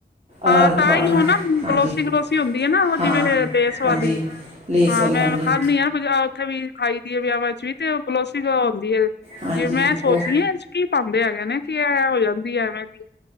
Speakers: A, on the left; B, on the right.
A: ਹਾਂ
B: ਅਰਾਰੋਟ
A: ਤਾਂ
B: ਪਾ
A: ਹੀ
B: ਦੇਣਾ
A: ਉਹ ਨਾ
B: ਹਾਂਜੀ
A: ਗਲੋਸੀ-ਗਲੋਸੀ ਹੁੰਦੀ ਏ ਨਾ ਉਹ
B: ਹਾਂ
A: ਜਿਵੇਂ ਲੇਸ ਵਾਲੀ।
B: ਹਾਂਜੀ ਲੇਸ
A: ਹਾਂ,
B: ਵਾਲੀ
A: ਮੈਂ
B: ਹਾਂਜੀ
A: ਖਾਂਦੀ ਹਾਂ ਉੱਥੇ ਵੀ ਖਾਈ ਦੀ ਆ ਵਿਆਹਾਂ ਚ ਵੀ ਤੇ <unintelligible> ਆਦੀ ਏ।
B: ਹਾਂਜੀ।
A: ਸੋਚਣੀ
B: ਉਹ
A: ਆ ਇਹ ਚ ਕੀ ਪਾਦੇ ਹੈਗੇ ਨੇ ਕੀ ਐ ਹੋ ਜਾਂਦੀ ਐ ਐਵੇਂ ਦੀ?